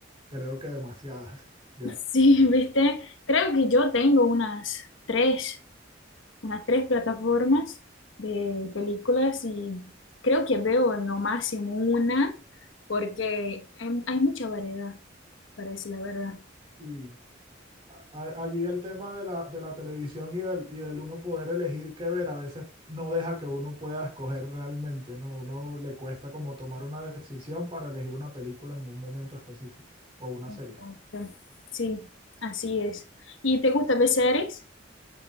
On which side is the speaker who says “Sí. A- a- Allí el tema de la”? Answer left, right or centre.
Right